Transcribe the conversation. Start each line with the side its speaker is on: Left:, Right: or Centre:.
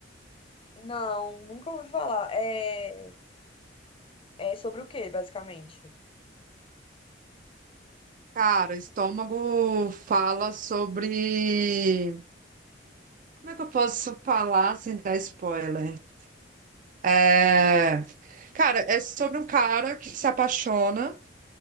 Left: Não, nunca ouvi falar. É é sobre o quê, basicamente?
Right: Cara, Estômago fala sobre Como é que eu posso falar sem dar spoiler? É, Cara, é sobre um cara que se apaixona